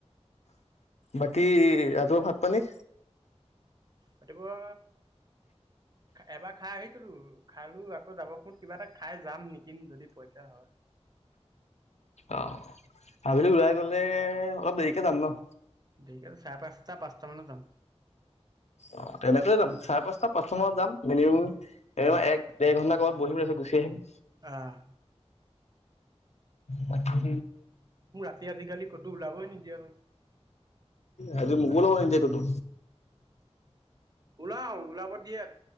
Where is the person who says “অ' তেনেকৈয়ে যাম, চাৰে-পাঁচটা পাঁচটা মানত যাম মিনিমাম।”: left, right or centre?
Left